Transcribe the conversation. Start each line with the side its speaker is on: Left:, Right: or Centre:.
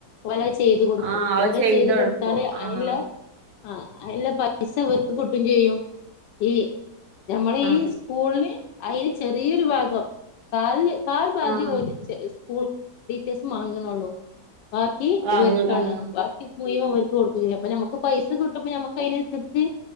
Left: ഓല അത് ചെയ്തു കൊടുക്കും.
Right: ആഹ് അത്
Left: ഓല
Right: ചെയ്തൊടുക്കും
Left: ചെയ്തു കൊടുത്താല്
Right: ആഹ്
Left: അയ്ന്ല്ലെ. ആ അയ്ല്ല പൈസ ഓർക്ക് കിട്ടും ചെയ്യും. ഈ ഞമ്മള
Right: ആഹ്
Left: ഈ സ്കൂള്ന് അതിന് ചെറിയൊരു ഭാഗം കാല് കാൽ ഭാഗ്യം
Right: ആഹ്
Left: ഓല് സ്കൂൾ ടിച്ചേയ്സ് മാങ് നൊള്ളു. ബാക്കി
Right: ആഹ്
Left: ഇവർക്കാണ്
Right: ആഹ്
Left: ബാക്കി മുഴ്വൻ ഇവർ കൊടുക്ക <unintelligible> അപ്പ ഞമക്ക് പൈസ കിട്ടുമ്പ ഞമക്കയ്ന് കിട്ടി